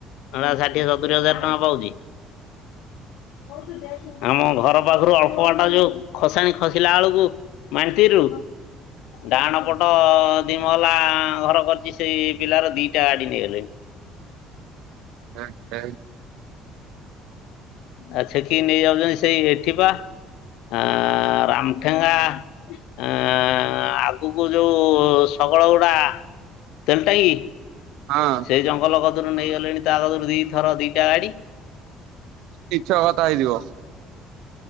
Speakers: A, on the left; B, on the right.
A: ହେଟା ଷାଠିଏ ସତୁରି ହଜାର ଟଙ୍କା ପାଉଚି
B: <inaudible>
A: ହଉତୁ ଦେ ଆମ ଘର ପାଖରୁ ଅଳ୍ପ ବାଟ ଯୋଉ ଖସାଣି ଖସିଲା ବେଳକୁ ମାନ୍ତିରୀରୁ ଡାହାଣ ପଟ ଦି ମହଲା ଘର କରିଚି ସେଇ ପିଲାର ଦିଟା ଗାଡ଼ି ନେଇଗଲେଣି।
B: <unintelligible>
A: ଆଛେକିକି ନେଇ ଯାଉଚନ୍ତି ସେଇ ଏଠିବା ଆ ରାମଠେଙ୍ଗା ଆ ଆଗକୁ ଯୋଉ ଶଗଡ଼ ଗୁଡ଼ା ତେଲଟାଙ୍କି
B: ହଁ।
A: ସେ ଜଙ୍ଗଲ କତରୁ ନେଇଗଲେଣି ତାକତରୁ ଦିଥର ଦିଇଟା ଗାଡ଼ି।
B: ମିଛ କଥା ହେଇଥିବ।